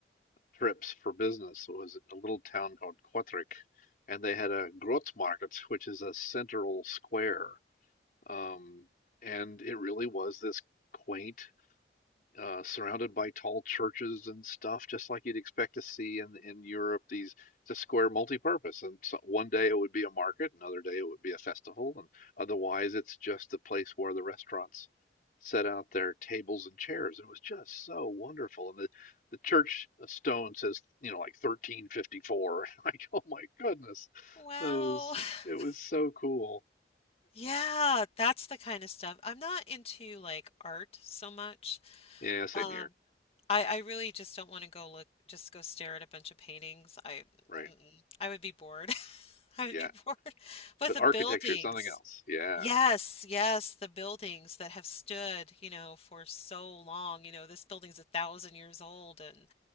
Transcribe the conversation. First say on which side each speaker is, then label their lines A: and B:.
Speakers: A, on the left; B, on the left.
A: trips for business was a little town called Kortrijk, and they had a Grootmarkt, which is a central square. Um, and it really was this quaint. uh, surrounded by tall churches and stuff, just like you'd expect to see in in Europe. These it's a square multi-purpose. and so one day it would be a market, another day it would be a festival, and otherwise it's just a place where the restaurants set out their tables and chairs. And it was just so wonderful. And the the church uh, stone says, you know, like 1354. <laughs> Like, oh my goodness,
B: Wow.
A: it was
B: <laughs>
A: it was so cool.
B: Yeah, that's the kind of stuff. I'm not into like art so much.
A: Yeah, same
B: Um,
A: here,
B: I I really just don't want to go look just go stare at a bunch of paintings. I
A: right?
B: mm-mm. I would be bored. <laughs> I
A: Yeah,
B: would be bored. <laughs> But
A: but
B: the
A: architecture
B: buildings.
A: is something else. Yeah.
B: Yes, yes, the buildings that have stood, you know, for so long. You know, this building's a thousand years old and